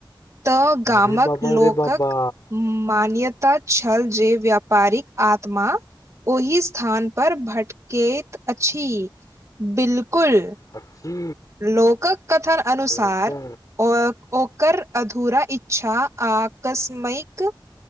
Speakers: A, on the right; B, on the left.
A: तऽ गामक
B: अरे बाबा
A: लोकक
B: रे बाबा
A: मान्यता छल जे व्यापारिक आत्मा ओहि स्थान पर भटकेत अछि बिल कुल
B: अछि
A: लोकक कथन अनुसार
B: देखू
A: ओ ओकर अधूरा इच्छा आकस्मइक